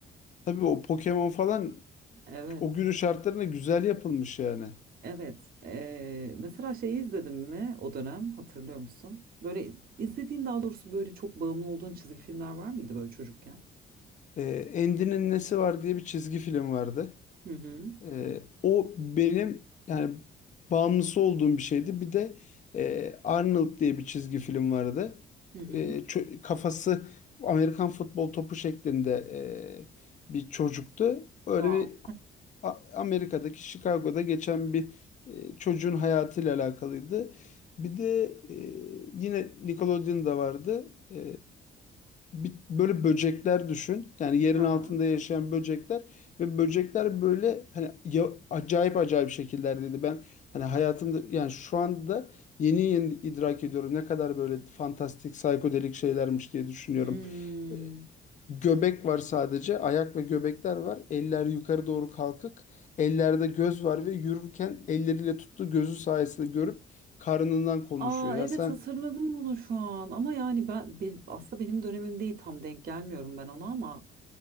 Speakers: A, on the left (about 40°); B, on the right (about 50°).
A: Tabii o Pokemon falan
B: <laughs> Evet.
A: o günün şartlarında güzel yapılmış yani.
B: Evet. Ee, mesela şeyi izledim mi o dönem hatırlıyor musun? Böyle izlediğin daha doğrusu böyle çok bağımlı olduğun çizgi filmler var mıydı böyle çocukken?
A: Ee, Andy'nin nesi var diye bir çizgi film vardı.
B: Hı hı.
A: Ee, o benim yani bağımlısı olduğum bir şeydi. Bir de e, Arnold diye bir çizgi film vardı.
B: Hı hı.
A: E, çö- kafası Amerikan futbol topu şeklinde e, bir çocuktu. Öyle
B: Wow.
A: bir A- Amerika'daki Chicago'da geçen bir e, çocuğun hayatıyla alakalıydı. Bir de e, yine Nickelodeon'da vardı. E, bir- böyle böcekler düşün. Yani yerin
B: Hı hı.
A: altında yaşayan böcekler ve böcekler böyle hani ya- acayip acayip şekillerdeydi. Ben hani hayatımda yani şu anda yeni yeni idrak ediyorum ne kadar böyle fantastik psikodelik şeylermiş diye düşünüyorum.
B: Hmm.
A: E, Göbek var sadece. Ayak ve göbekler var. Eller yukarı doğru kalkık. Ellerde göz var ve yürürken elleriyle tuttuğu gözü sayesinde görüp karnından konuşuyor.
B: Aa
A: Ya
B: evet
A: sen
B: hatırladım bunu şu an ama yani ben bir, aslında benim dönemim değil tam denk gelmiyorum ben ona ama